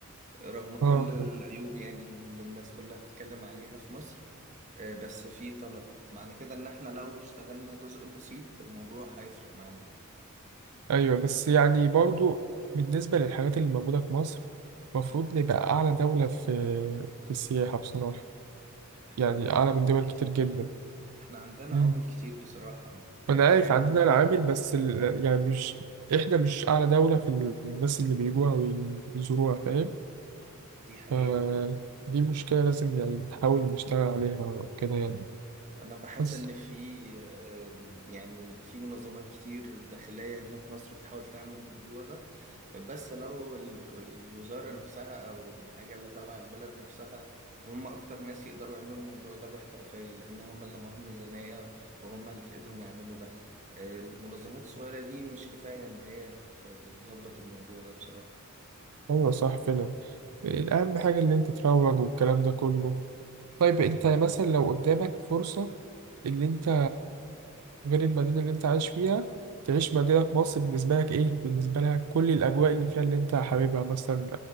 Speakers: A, on the right (about 35°); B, on the right (about 85°).
A: رغم كل
B: اه
A: العيوب
B: فاهم.
A: يعني اللي الناس كلها بتتكلم عليها في مصر آه، بس في طلب معنى كده ان احنا لو اشتغلنا جزء بسيط الموضوع هيفرق معانا
B: ايوه بس يعني برضو بالنسبه للحاجات اللي موجوده في مصر المفروض نبقى اعلى دوله في في السياحه بصراحه
A: احنا
B: يعني
A: عندنا
B: اعلى
A: عوامل
B: من دول
A: كتير
B: كتير جدا
A: احنا عندنا
B: مم.
A: عوامل كتير بصراحة طبيعية
B: وانا عارف عندنا العامل بس ال... يعني مش احنا مش اعلى دوله في ال- الناس اللي بيجوها ويزوروها فاهم
A: دي حقيقة
B: ف- دي مشكله لازم يعني نحاول نشتغل عليها وكده يعني
A: أنا بحس
B: بس
A: إن في آه، يعني في منظمات كتير داخلية هنا في مصر بتحاول تعمل الموضوع ده بس لو ال- الوزارة نفسها أو الحاجة اللي تبع البلد نفسها هم أكتر ناس يقدروا يعملوا الموضوع ده باحترافية لأن هم اللي معاهم ميزانية وهم اللي في إيدهم يعملوا ده آه، المنظمات الصغيرة دي مش كفاية إن هي تظبط الموضوع ده بصراحة
B: ايوه صح فعلا اهم حاجه اللي انت تروج والكلام ده كله طيب انت مثلا لو قدامك فرصه اللي انت غير المدينه اللي انت عايش فيها تعيش مدينه في مصر بالنسبه لك ايه بالنسبه لك كل الاجواء اللي فيها اللي انت حاببها مثلا